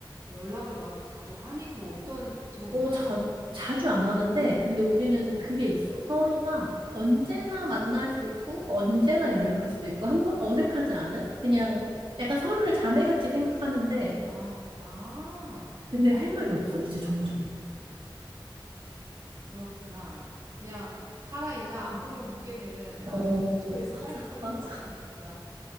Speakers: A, on the right (about 45°); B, on the right (about 80°).
A: 연락을 너한테 자주 하니? 뭐 어떤, 지금
B: 어,
A: 어떤
B: 자,
A: 상태야?
B: 자주 안 하는데, 근데 우리는
A: 어,
B: 그게 있어. 서로가 언제나
A: 어,
B: 만날 수 있고, 언제나 연락할
A: 어,
B: 수 있고, 한 번 어색하지 않은? 그냥
A: 어.
B: 약간 서로를 자매같이 생각하는데,
A: 아, 아,
B: 근데 할 말이 없어,
A: 그럼,
B: 이제 점점.
A: 그렇구나. 그냥 살아있나 안부를 묻게 되는 나
B: 어,
A: 정도의 <laughs> 사이가
B: 맞아,
A: 되어가는구나.
B: 맞아.